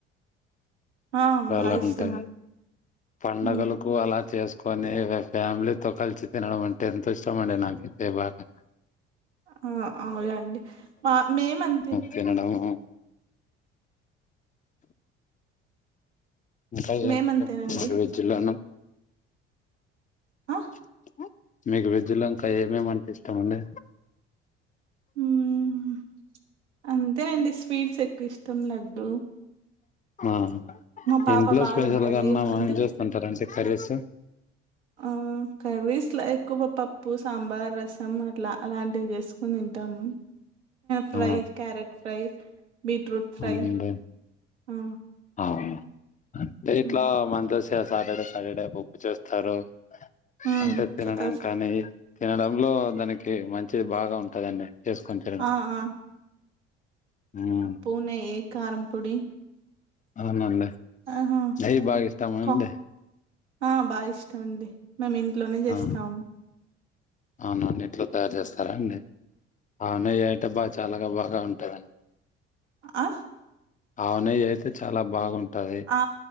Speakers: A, on the right (about 80°); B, on the left (about 25°).
A: ఆ బాగా
B: లాంటే
A: ఇష్టం అండి
B: పండగలకు
A: ఉమ్.
B: అలా చేసుకు కొన్ని వే ఫ్యామిలీతో కలిసి తినడం అంటే ఎంతో ఇష్టం అండి నాకైతే బాగా
A: ఆ అయన్డి మా మేమన్తే
B: తినడమ్మ్ <unintelligible>
A: మేమంతేనండి ఆ
B: మీకు వెజ్జలోన్కా ఏమేమంటె ఇష్టమండి
A: మ్మ్ అంతేన్డి స్వీట్స్ ఎక్కువ ఇష్టం లడ్డుూ
B: ఆ
A: పాప
B: ఇంట్లో
A: బాగా
B: స్పెషల్
A: తింటది
B: గన్నా మానే
A: అందుకు
B: చేస్తన్టార అంటే కర్రీస్
A: ఆ కర్రీస్ లా ఎక్కువ పప్పు సాంబార్ రసం అట్లా అలాంటివి చేసుకుని తింటామ్ fry
B: ఆ
A: carrot fry beetroot fry
B: అవునండి
A: ఆ
B: ఆ అంటే ఇట్లా
A: ఉమ్
B: మన్రస్ సాటర్డే సాటర్డే పప్పు చేస్తారు
A: ఉమ్,
B: అంటే తినడం
A: స- స-
B: కానీ తినడంలో దానికి మంచి బాగా ఉంటుందండి చేసుకొని తినడం
A: ఆ ఆ
B: మ్మ్
A: పూనై కారం పొడి
B: అవనండి
A: ఆహా
B: నెయ్యి బా ఇష్టమాండి
A: కా ఆ బాఇష్టమండి మేమిన్ట్లోనే చేస్తామ్
B: ఆ అవునండి ఇంట్లో తయారు చేస్తారా అండి ఆవునేయి అయితే బా చాలగా బాగా టదన్
A: ఆ
B: ఆవునేయి అయితే చాలా బాగుంటది
A: ఆ